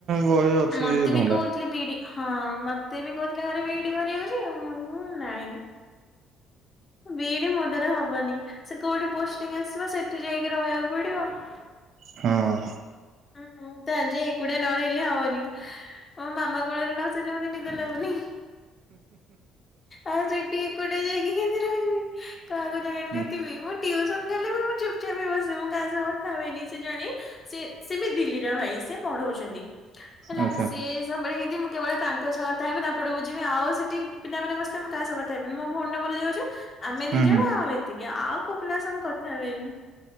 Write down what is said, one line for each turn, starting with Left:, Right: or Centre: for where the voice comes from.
Right: ବହେ ଅଛି
Left: ମତେ
Right: ଧନ୍ଦା
Left: ବି କହୁଥିଲେ ବିଡି ହଁ ମତେ ବି କହୁଥିଲେ ଘରେ ବିଡି କରିବାକୁ ଯେ ମୁଁ ହୁ ନାଇଁ ବିଡି ମୋଦ୍ଵାରା ହବନି । ସେ କୋଉଠି ପୋଷ୍ଟିଂ ଆସିବ ସେଠି ଯାଇକି ରହିବାକୁ ପଡିବ ।
Right: ହଁ ।
Left: ହଁ ମୁଁ ତ ଆଜି ଏକୁଟିଆ ନ ରହିଲେ ହବନି । ମୋ ମାମା କୋଳରେ ନ ସୋଇଲେମତେ ନିଦ ଲାଗୁନି ଆଉ ସେଇଠିକେ ଯାଇକି କେମିତି ରହିବି କାହାକୁ ଜାଣିନଥିବି
Right: ହୁଁ
Left: ମୁଁଟିଉସନ ଗଲେ ବି ମୁଁ ଚୁପଚାପ ବସିଥାଏ। ମୁଁ କାହା ସହ କଥା ହୁଏନି ସେ ଜାଣି ସେ ସେ ବି ଦିଲ୍ଲୀର ଭାଇ ସେ ପଢ଼ଉଛନ୍ତି। ହେଲା
Right: ଆଚ୍ଛା
Left: ସିଏ ସବବେଳେ ହେନ୍ ମୁଁ କେବଳ ତାଙ୍କ ସହ କଥାହେବି ତାଙ୍କୁଠୁ ବୁଝିବି ଆଉ ସେଠି ପିଲାମାନେ ବସିଥିବେ ମୁଁ କାହା ସହ କଥା ହେବିନି ମୋ ଭଉଣୀ ର ମୋର ଯାଉଛୁ। ଆମେ ଦି
Right: ହୁଁ
Left: ଜଣ
Right: ହୁଁ
Left: ଆଉ ଏତିକି ଆଉ କୋଉ ପିିଲାଙ୍କସ କଥା ଥା ହୁଏନି